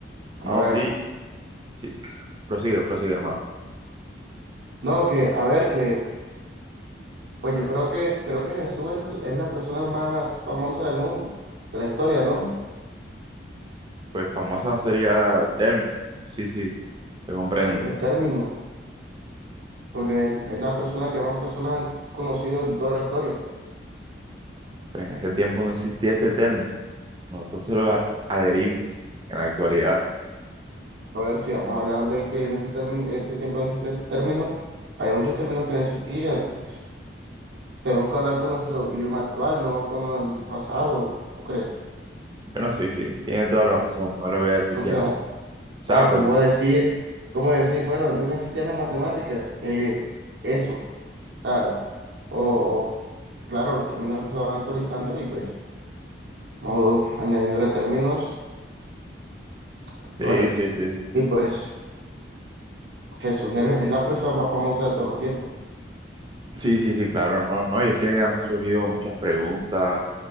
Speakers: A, on the right (about 75°); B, on the right (about 25°).
A: A
B: No,
A: ver,
B: sí, sí. Prosigue, prosigue, hermano.
A: no, que, a ver, que, pues yo creo que, creo que Jesús es, es la persona más famosa del mundo, de la historia, ¿no?
B: Pues famosa no sería el término. Sí, sí, te comprendo.
A: Si es el término, porque es es la persona que más personas han conocido en toda la historia.
B: Pues en ese tiempo no existía este término. Nosotros se lo a- adherimos en la actualidad.
A: A ver si vamos a hablar de que en ese término, en ese tiempo de ese, ese término, había muchos términos que no existían, pues tenemos que hablar con nuestro idioma actual, no con el pasado, ¿o crees? <laughs>
B: Bueno, sí, sí, tiene toda la razón. No le voy a decir
A: O
B: que
A: sea,
B: no. O sea,
A: ah,
B: pero
A: ¿cómo decir, cómo decir, bueno, antes no existían las matemáticas, eh, eso, o sea, o, o, claro, los términos se van actualizando y pues vamos añadiéndole términos actuales.
B: sí, sí, sí.
A: Y pues Jesús es es la persona más famosa de todos los tiempos.
B: Sí, sí, sí, claro, hermano. No, y es que han surgido muchas preguntas,